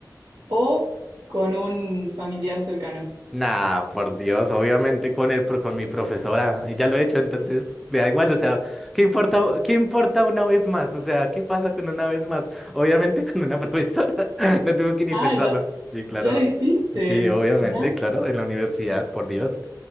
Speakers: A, on the right; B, in the centre.
A: o con un familiar cercano.
B: Nah, por Dios, obviamente con el, pro- con mi profesora, y ya lo he hecho, entonces me da igual, o sea, ¿qué importa, qué importa una vez más? O sea, ¿qué pasa con una vez más? Obviamente con una <laughs> profesora, no tuve que ni
A: Ah,
B: pensarlo.
A: ya,
B: Sí, claro.
A: ya lo hiciste.
B: Sí, obviamente,
A: ¿Ya?
B: claro, en la universidad, por Dios.